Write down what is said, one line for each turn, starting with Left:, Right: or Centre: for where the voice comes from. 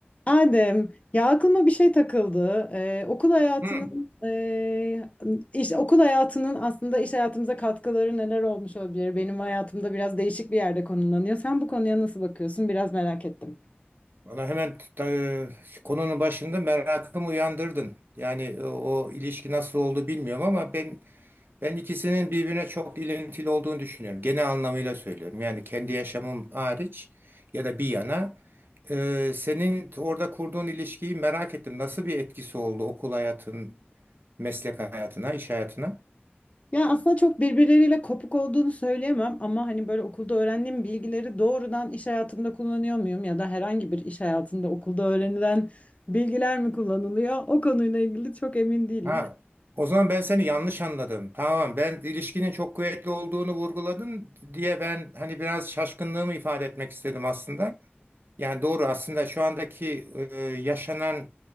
Left: Adem, ya aklıma bir şey takıldı. Ee, okul hayatının
Right: Hı.
Left: e, iş okul hayatının aslında iş hayatımıza katkıları neler olmuş olabilir? Benim hayatımda biraz değişik bir yerde konumlanıyor. Sen bu konuya nasıl bakıyorsun? Biraz merak ettim.
Right: Bana hemen e, konunun başında merakımı uyandırdın. Yani e, o ilişki nasıl oldu bilmiyorum ama ben ben ikisinin birbirine çok ilintili olduğunu düşünüyorum. Genel anlamıyla söylüyorum. Yani kendi yaşamım hariç ya da bir yana e, senin orada kurduğun ilişkiyi merak ettim. Nasıl bir etkisi oldu okul hayatın, meslek hayatına, iş hayatına?
Left: Ya aslında çok birbirleriyle kopuk olduğunu söyleyemem ama hani böyle okulda öğrendiğim bilgileri doğrudan iş hayatımda kullanıyor muyum ya da herhangi bir iş hayatında okulda öğrenilen bilgiler mi kullanılıyor? O konuyla ilgili çok emin değilim.
Right: Ha, o zaman ben seni yanlış anladım. Tamam, ben ilişkinin çok kuvvetli olduğunu vurguladın diye ben hani biraz şaşkınlığımı ifade etmek istedim aslında. Yani doğru aslında şu andaki e, yaşanan